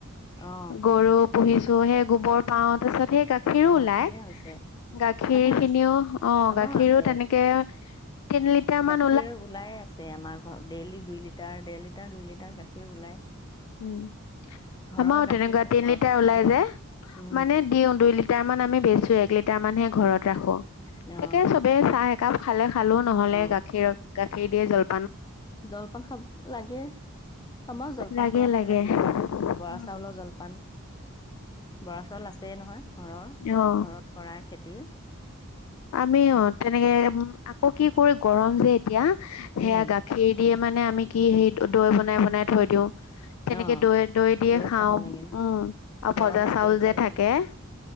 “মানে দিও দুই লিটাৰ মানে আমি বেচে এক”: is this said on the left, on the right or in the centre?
Left